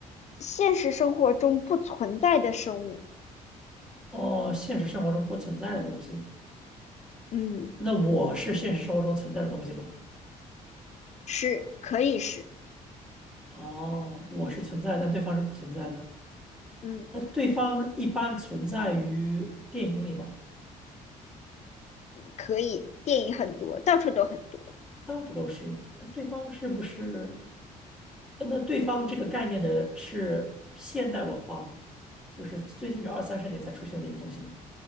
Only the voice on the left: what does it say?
现实生活中不存在的生物。
嗯，
是，可以是。
嗯，
可以，电影很多，到处都很多。